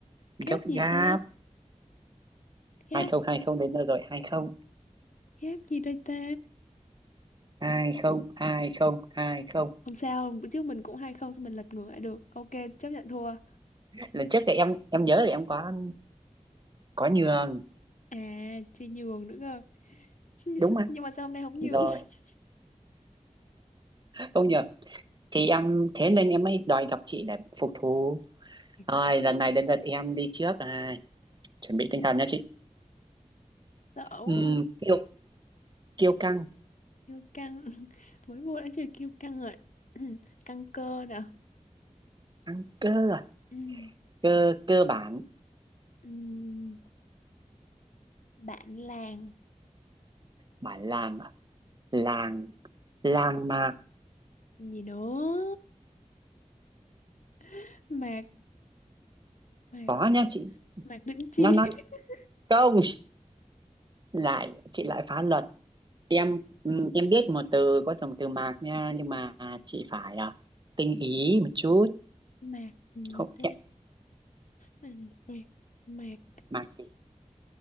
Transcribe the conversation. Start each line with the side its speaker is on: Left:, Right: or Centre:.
Right: gấp
Left: kép gì
Right: gáp
Left: ta kép
Right: hai không hai không đến nơi rồi hai không
Left: kép gì đây ta
Right: hai không hai không hai không
Left: Không sao, bữa trước mình cũng hai không, sao mình lật ngược lại được. Ok, chấp nhận thua.
Right: lần trước thì em em nhớ là em có có nhường
Left: À, thì nhường nữa cơ. <laughs>
Right: đúng không
Left: Nhưng mà sao hôm nay không nhường?
Right: rồi
Left: <laughs>
Right: không nhờ thì em thế nên em mới đòi gặp chị để phục thù
Left: Thì
Right: rồi
Left: có chứ,
Right: lần này đến lượt em đi trước à, chuẩn bị tinh thần nha chị
Left: sợ
Right: Ừm,
Left: quá. à.
Right: kiêu kiêu căng
Left: Kiêu căng. <laughs> Mới vô đã chơi kiêu căng rồi. <clears throat> Căng cơ nè. <clears throat>
Right: căng cơ à?
Left: Ừm,
Right: cơ cơ bản
Left: ừm, Bạn làng.
Right: bản làng à? làng làng mạc
Left: Gì nữa? <laughs> Mạc, mạc,
Right: có nha chị
Left: mạc đỉnh chi.
Right: nó nó
Left: <laughs>
Right: không lại chị lại phá luật em ừm, em biết một từ có dùng từ mạc nha nhưng mà chị phải à, tinh ý một chút
Left: Mạc gì
Right: không
Left: ta?
Right: em
Left: Mạc, mạc, mạc.
Right: mạc gì